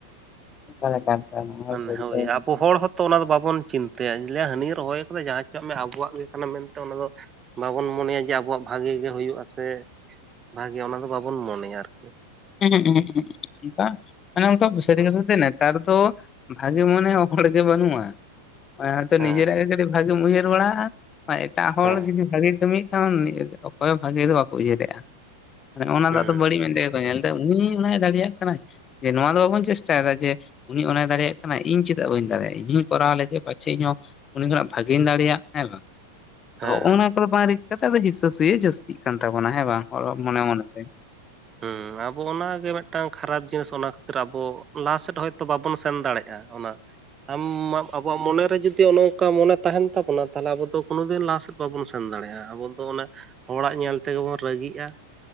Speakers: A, on the left (about 30°); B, on the right (about 25°).
A: <unintelligible>
B: ᱢᱟᱱᱮ ᱦᱳᱭ ᱟᱵᱚ ᱦᱚᱲ ᱦᱚᱛᱚ ᱚᱱᱟ ᱫᱚ ᱵᱟᱵᱚᱱ ᱪᱤᱱᱛᱟᱹᱭᱟ ᱤᱧ ᱞᱟᱹᱭᱟ ᱦᱟᱹᱱᱤᱭ ᱨᱚᱦᱚᱭ ᱠᱟᱫᱟ ᱡᱟᱦᱟᱸ ᱪᱚᱣᱟᱜ ᱢᱮ ᱟᱵᱚᱣᱟᱜ ᱜᱮ ᱠᱟᱱᱟ ᱢᱮᱱᱛᱮ ᱚᱱᱟ ᱫᱚ ᱵᱟᱵᱚᱱ ᱢᱚᱱᱮᱭᱟ ᱡᱮ ᱟᱵᱚᱣᱟᱜ ᱵᱷᱟᱜᱤ ᱜᱮ ᱦᱩᱭᱩᱜᱼᱟ, ᱥᱮ ᱵᱷᱟᱜᱮ ᱚᱱᱟ ᱫᱚ ᱵᱟᱵᱚᱱ ᱢᱚᱱᱮᱭᱟ ᱟᱨᱠᱤ᱾
A: ᱩᱦᱩᱸᱜ ᱩᱦᱩᱸᱜ ᱵᱟᱝ ᱚᱱᱮ ᱚᱝᱠᱟ ᱥᱟᱹᱨᱤ
B: ᱦᱮᱸ
A: ᱠᱟᱛᱷᱟ ᱛᱮ ᱱᱮ ᱮᱛᱟᱨ ᱫᱚ ᱵᱷᱟᱜᱮ ᱢᱚᱱᱮ ᱦᱚᱲ ᱜᱮ ᱵᱟᱹᱱᱩᱜᱼᱟ ᱦᱚᱭᱛᱚ
B: ᱦᱮᱸ
A: ᱱᱤᱡᱮᱨᱟᱜᱮ ᱵᱷᱟᱜᱤᱢ ᱩᱭᱦᱟᱹᱨ ᱵᱟᱲᱟᱜᱼᱟ ᱮᱴᱟᱜ ᱦᱚᱲ
B: ᱦᱮᱸ
A: ᱡᱩᱫᱤ ᱵᱷᱟᱜᱤ ᱠᱟᱹᱢᱤ ᱠᱷᱟᱱ ᱚᱠᱚᱭ ᱦᱚᱸ ᱵᱷᱟᱜᱤ ᱫᱚ ᱵᱟᱠᱚ ᱩᱭᱦᱟᱹᱨᱮᱜᱼᱟ ᱢᱟᱱᱮ ᱚᱱᱟ
B: ᱦᱩᱸ
A: ᱫᱚ ᱟᱫᱚ ᱵᱟᱹᱲᱤᱡ ᱢᱮᱱᱛᱮ ᱜᱮᱠᱚ ᱧᱮᱞ ᱛᱮ ᱩᱱᱤ ᱚᱱᱟᱭ ᱫᱟᱲᱮᱭᱟᱜ ᱠᱟᱱᱟᱭ ᱡᱮ ᱱᱚᱣᱟ ᱫᱚ ᱵᱟᱵᱚᱱ ᱪᱮᱥᱴᱟᱭᱫᱟ ᱡᱮ ᱩᱱᱤ ᱚᱱᱟᱭ ᱫᱟᱲᱮᱭᱟᱜ ᱠᱟᱱᱟᱭ ᱤᱧ ᱪᱮᱫᱟᱜ ᱵᱟᱹᱧ ᱫᱟᱲᱮᱭᱟᱜᱼᱟ ᱤᱧ ᱦᱚᱸᱧ ᱠᱚᱨᱟᱣ ᱞᱮᱜᱮ ᱯᱟᱪᱷᱮ ᱤᱧ ᱦᱚᱸ ᱩᱱᱤ ᱠᱷᱚᱱᱟᱜ ᱵᱷᱟᱜᱤᱧ ᱫᱟᱲᱮᱭᱟᱜ ᱦᱮᱸ ᱵᱟᱝ?
B: ᱦᱮᱸ
A: ᱦᱚᱜᱼᱚ ᱚᱱᱟ ᱠᱚᱫᱚ ᱵᱟᱝ ᱨᱤᱠᱟᱹ ᱠᱟᱛᱮ ᱟᱫᱚ ᱦᱤᱥᱟᱹ ᱥᱩᱭᱟᱹ ᱡᱟᱹᱥᱛᱤᱜ ᱠᱟᱱ ᱛᱟᱵᱚᱱᱟ ᱦᱮᱸ ᱵᱟᱝ? ᱦᱚᱲ ᱦᱚᱸ ᱢᱚᱱᱮ ᱢᱚᱱᱮᱛᱮ
B: ᱦᱩᱸ ᱟᱵᱚ ᱚᱱᱟᱜᱮ ᱢᱮᱜ ᱴᱟᱝ ᱠᱷᱟᱨᱟᱯ ᱡᱤᱱᱤᱥ ᱚᱱᱟ ᱠᱷᱟᱹᱛᱤᱨ ᱟᱵᱚ ᱞᱟᱦᱟ ᱥᱮᱫ ᱦᱚᱭ ᱛᱳ ᱵᱟᱵᱚᱱ ᱥᱮᱱ ᱫᱟᱲᱮᱜᱼᱟ᱾ ᱚᱱᱟ ᱟᱢᱢᱟ ᱟᱵᱚᱣᱟᱜ ᱢᱚᱱᱮ ᱨᱮ ᱡᱩᱫᱤ ᱱᱚᱝ ᱠᱟ ᱢᱚᱱᱮ ᱛᱟᱦᱮᱸᱱ ᱛᱟᱵᱚᱱᱟ ᱛᱟᱞᱦᱮᱮ ᱟᱵᱚ ᱫᱚ ᱠᱳᱱᱳ ᱫᱤᱱ ᱞᱟᱦᱟ ᱥᱮᱫ ᱵᱟᱵᱚᱱ ᱥᱮᱱ ᱫᱟᱲᱮᱜᱼᱟ ᱟᱵᱚᱫ ᱫᱚ ᱚᱱᱟ ᱦᱚᱲᱟᱜ ᱧᱮᱞ ᱛᱮᱜᱮ ᱵᱚᱱ ᱨᱟᱹᱜᱤᱜᱼᱟ